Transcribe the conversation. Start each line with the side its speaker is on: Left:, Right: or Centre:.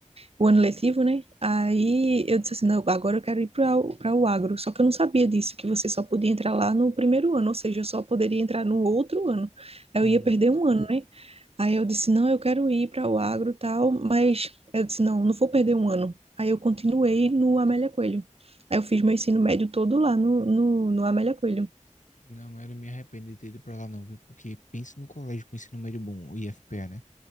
Right: o ano letivo, né? Aí eu disse assim, não, agora eu quero ir para para o agro. Só que eu não sabia disso, que você só podia entrar lá no primeiro ano, ou seja, eu só poderia entrar no outro ano. Aí
Left: Uhum.
Right: Eu ia perder um ano, né? Aí eu disse, não, eu quero ir para o agro e tal, mas eu disse, não, não vou perder um ano. Aí eu continuei no Amélia Coelho. Aí eu fiz meu ensino médio todo lá no, no, no Amélia Coelho.
Left: Não, mas eu não me arrependo de ter ido pra lá não, viu? Porque pense no colégio com ensino médio bom, o IFPA, né?